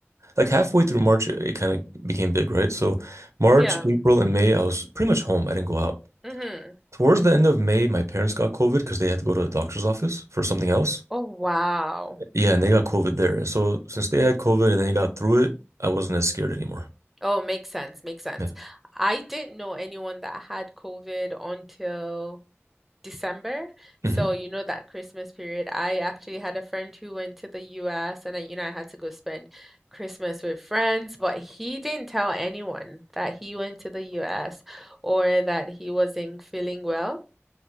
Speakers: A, on the right; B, in the centre.
A: like halfway through March, it kind of became big, right? So, March,
B: Yeah.
A: April, and May, I was pretty much home. I didn't go out.
B: Mm-hmm.
A: Towards the end of May, my parents got COVID because they had to go to the doctor's office for something else.
B: Oh wow.
A: Yeah, and they got COVID there. And so, since they had COVID and they got through it, I wasn't as scared anymore.
B: Oh, makes sense. Makes sense.
A: Yeah.
B: I didn't know anyone that had COVID until. December. So,
A: hmm
B: you know, that Christmas period, I actually had a friend who went to the US and then, you know, I had to go spend Christmas with friends, but he didn't tell anyone that he went to the US or that he wasn't feeling well.